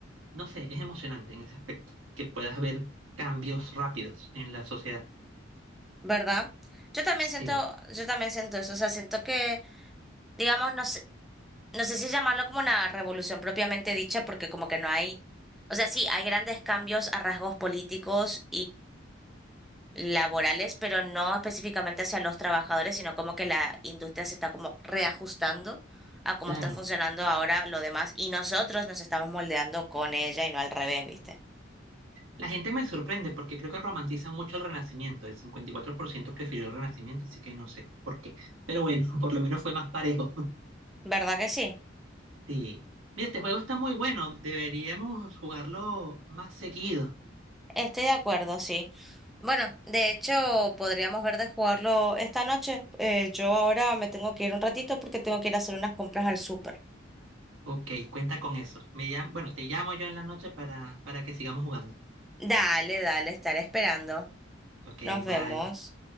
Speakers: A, on the right; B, in the centre.
A: no sé, es emocionante en ese aspecto, que puedas ver cambios rápidos en la sociedad.
B: ¿verdad? Yo también siento,
A: Sí,
B: yo también siento eso, o sea, siento que, digamos, no sé, no sé si llamarlo como una revolución propiamente dicha, porque como que no hay, o sea, sí, hay grandes cambios a rasgos políticos laborales, pero no específicamente hacia los trabajadores, sino como que la industria se está como reajustando a cómo
A: claro.
B: está funcionando ahora lo demás y nosotros nos estamos moldeando con ella y no al revés, ¿viste?
A: La gente me sorprende porque creo que romantizan mucho el Renacimiento. El 54% prefirió el Renacimiento, así que no sé por qué. Pero bueno, <laughs> por lo menos fue más parejo.
B: ¿Verdad que sí?
A: Sí. Mira, este juego está muy bueno. Deberíamos jugarlo más seguido.
B: Estoy de acuerdo, sí. Bueno, de hecho, podríamos ver de jugarlo esta noche. Eh, yo ahora me tengo que ir un ratito porque tengo que ir a hacer unas compras al súper.
A: Ok, cuenta con eso. Me llam- bueno, te llamo yo en la noche para, para que sigamos jugando.
B: Dale, dale, estaré esperando.
A: Ok,
B: Nos vemos.
A: bye.